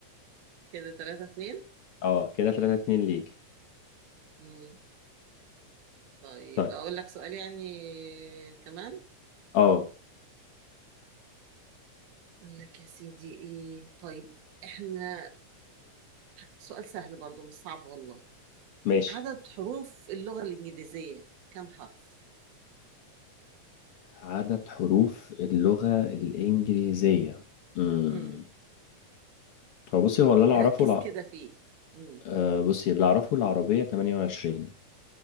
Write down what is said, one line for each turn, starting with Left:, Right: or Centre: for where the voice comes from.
Right: كده 3 2
Left: اه كده 3 2 ليكي
Right: امم طيب
Left: طيب
Right: اقول لك سؤال يعني كمان
Left: اه
Right: اقول لك يا سيدي ايه طيب احنا سؤال سهل برضو مش صعب والله
Left: ماشي
Right: عدد حروف اللغه الانجليزيه كم حرف
Left: عدد حروف اللغة الإنجليزية امم
Right: امم
Left: هو بصي هو اللي أنا أعرفه
Right: ركز
Left: الع...
Right: كده فيه امم
Left: آه بصي اللي أعرفه العربية 28